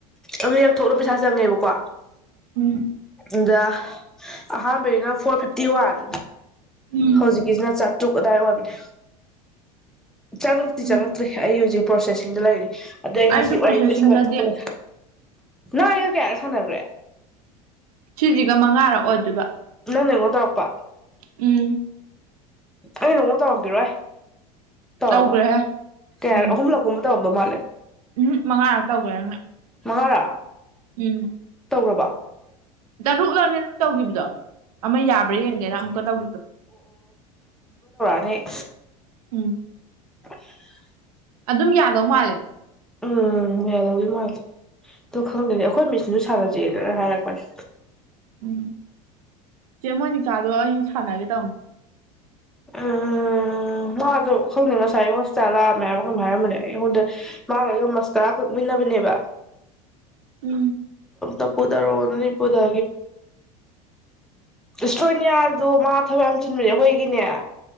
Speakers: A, in the centre; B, on the right (about 75°).
A: ꯑꯃꯌꯥꯛ ꯊꯣꯛꯂ ꯄꯩꯁꯥ ꯆꯪꯉꯦꯕꯀꯣ
B: ꯎꯝ
A: ꯑꯗ ꯑꯍꯥꯟꯕꯩꯅ ꯐꯣꯔ ꯐꯤꯐꯇꯤ ꯋꯥꯟ
B: ꯎꯝ
A: ꯍꯧꯖꯤꯛꯀꯤꯁꯤꯅ ꯇ ꯑꯗꯥꯏ ꯑꯣꯏꯕꯅꯦ ꯆꯠꯂꯛꯇ꯭ꯤ
B: ꯎꯝ
A: ꯆꯠꯂꯛꯇ꯭ꯔꯤ ꯑꯩ ꯍꯧꯖꯤꯛ ꯄ꯭ꯔꯣꯁꯦꯁꯤꯡꯗ ꯂꯩꯔꯤ ꯑꯗ ꯑꯩ
B: ꯑꯩꯁꯨ
A: ꯉꯁꯤ ꯋꯥꯔꯤ
B: ꯄ꯭ꯔꯣꯁꯦꯁꯤꯡꯗꯗꯤ
A: ꯂꯣꯏ ꯁꯥꯟꯒ ꯊꯣꯛꯄꯂ ꯅ ꯑꯩ ꯀꯌꯥ ꯍꯥꯏꯔꯦ ꯁꯥꯟꯅꯈ꯭ꯔꯦ
B: ꯁꯤꯁꯤꯒ ꯃꯉꯥꯔꯛꯑꯣꯗꯕ
A: ꯅꯪꯦꯉꯣ ꯇꯔꯄ
B: ꯎꯝ
A: ꯑꯩ ꯅꯣꯡꯃ ꯇꯧꯔꯈꯤꯔꯣꯏ ꯇꯔꯔꯕ
B: ꯇꯧꯈ꯭ꯔꯦꯍꯦ
A: ꯀꯦꯔ
B: ꯎꯝ
A: ꯑꯍꯨꯝꯂ ꯕ ꯃꯥꯜ
B: ꯎꯝ ꯃꯉꯥꯔ ꯇꯧꯈꯦꯪꯅ
A: ꯃꯍꯔ
B: ꯎꯝ
A: ꯇꯧꯔꯕ
B: ꯇꯔꯨꯛꯂꯅꯦ ꯅꯪ ꯇꯧꯈꯤꯕꯗꯣ ꯑꯃ ꯌꯥꯕ꯭ꯔꯥ ꯌꯦꯡꯒꯦꯅ ꯑꯃꯨꯛꯀ ꯇꯧ
A: ꯇꯦ
B: ꯎꯝ
A: <unintelligible>
B: ꯑꯗꯨꯝ ꯌꯥꯗꯧ ꯃꯥꯜꯂꯦ
A: ꯎꯝ ꯃꯌꯥ ꯂꯧꯧꯗꯤ ꯃꯥꯜꯜꯂꯤꯦ ꯑꯗꯣ ꯈꯪꯗꯦꯅꯦ ꯑꯩꯈꯣꯏ ꯃꯦꯆꯤꯟꯁꯨ ꯁꯥꯟꯅꯁꯦꯅ ꯍꯥꯏꯔꯛꯄꯅꯦ
B: ꯎꯝ ꯆꯦꯃꯣꯏꯅꯤꯆꯥꯗꯣ ꯑꯩ ꯁꯥꯟꯅꯒꯦ ꯇꯃ
A: ꯑ ꯎꯝ ꯃꯥꯗꯣ ꯈꯪꯗꯦ ꯉꯁꯥꯏ ꯍꯣꯁꯄꯤꯇꯥꯜ ꯂꯥꯛꯑꯝꯃꯦ ꯍꯥꯏꯔꯣ ꯀꯝ ꯍꯥꯏꯔꯝꯕꯅꯦ ꯑꯩꯉꯣꯟꯗ ꯃꯥꯒ ꯃꯁ ꯀꯔꯥ ꯀꯛꯃꯤꯟꯅꯕꯅꯦꯕ
B: ꯎꯝ
A: ꯣ ꯄꯨꯊꯔꯣ ꯃꯅꯤꯄꯗ ꯏꯁꯇ꯭ꯔꯣꯅꯤꯌꯥꯗꯨ ꯃꯥ ꯊꯕꯛ ꯌꯥꯝ ꯆꯤꯟꯕꯅꯦ ꯑꯩꯈꯣꯏꯒꯤꯅꯦ